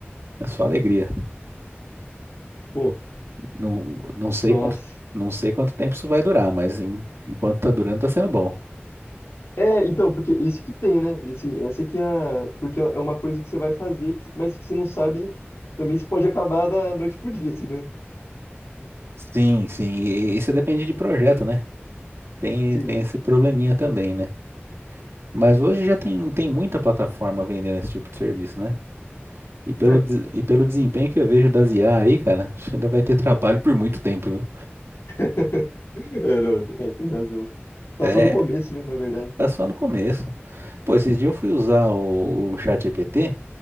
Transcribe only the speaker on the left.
Pô,
nossa.
É, então, porque isso que tem, né? E assim, essa que é a... Porque é uma coisa que você vai fazer, que- mas que você não sabe, também se pode acabar da noite pro dia, assim, né?
Sim.
É.
<laughs> É, não, é, tem razão. Tá
só no começo, né, na verdade.